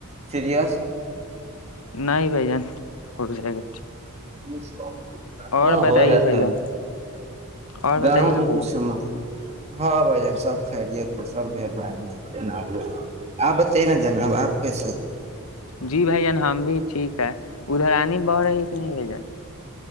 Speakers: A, on the right; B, on the left.
A: سیریس
B: نہیںائ بائی جان ہو جائے گا
A: جیا
B: اور
A: ا
B: بتائیے
A: ہو جاتا
B: بھائی
A: ہے
B: جان اور
A: گاؤں
B: بتائیے نا
A: میں
B: بھائی
A: کچھ
B: جان
A: سمج ہاں بھ جن سب خرییے تھ سب مہربانی ہے جناب لو آپ بتائیے نا جناب آپ کیسے
B: جی بھائی ہم بھی ٹھیک ہے ادھر آنی بڑ رہی ہے کہ نہیں رہ جیں